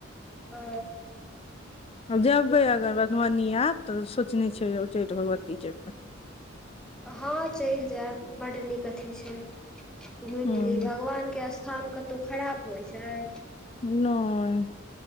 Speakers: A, in the centre; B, on the left.
A: ओ।
B: जेबैय अगर मधुबनी आब, तऽ सोचने छियै उचैठ भगवती जेबैय।
A: हँ चैइल जैब। बड्ड नीक अथी छै। घुइम
B: हूँ
A: ली भगवान के अस् थान कत्तौ खराब होइ छै?
B: नय।